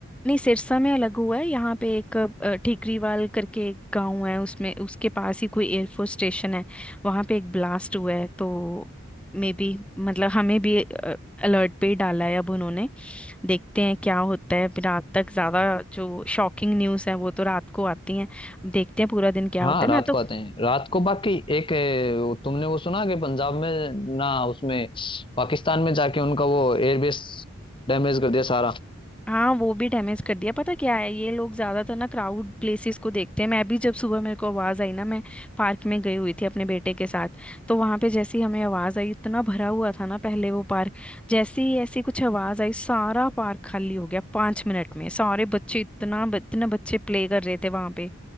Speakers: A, in the centre; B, on the left.
A: नहीं सिरसा में अलग हुआ है यहाँ पे एक अ, ठीकरीवाल करके एक गाँव है उसमें उसके पास ही कोई एयरफोर्स स्टेशन है वहाँ पे एक ब्लास्ट हुआ है तो मे बी मतलब हमें भी अलर्ट पे ही डाला है अब उन्होंने देखते हैं क्या होता है फिर रात तक ज्यादा जो शॉकिंग न्यूज है वो तो रात को आती है अब देखते हैं पूरा दिन क्या
B: हाँ
A: होता है
B: रात
A: मैं तो
B: को आते हैं रात को बाकी एक ए, वो तुमने वो सुना कि पंजाब में ना उसमें पाकिस्तान में जाके उनका वो एयरबेस डैमेज कर दिया सारा
A: हाँ वो भी डैमेज कर दिया पता क्या है ये लोग ज्यादातर ना क्राउड प्लेसेस को देखते हैं मैं भी जब सुबह मेरे को आवाज आई ना मैं पार्क में गई हुई थी अपने बेटे के साथ तो वहां पे जैसे ही हमें आवाज आई इतना भरा हुआ था ना पहले वो पार्क जैसे ही ऐसी कुछ आवाज आई सारा पार्क खाली हो गया पांच मिनट में सारे बच्चे इतना इतने बच्चे प्ले कर रहे थे वहां पे